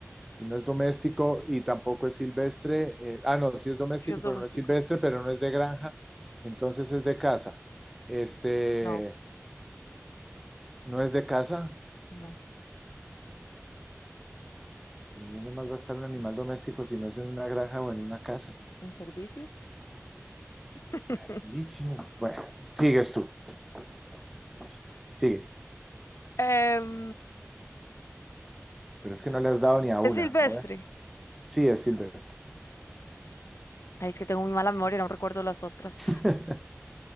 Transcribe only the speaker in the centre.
y no es doméstico y tampoco es silvestre. eh, ah, no, sí es doméstico,
pero no es silvestre, pero no es de granja, entonces es de casa. Este,
no es de casa.
¿En dónde más va a estar un animal doméstico si no es en una granja o en una casa?
Servicio. Bueno, sigues tú. Servicio. Sigue.
Pero es que no le has dado ni a una.
A ver. Sí, es silvestre.
<laughs>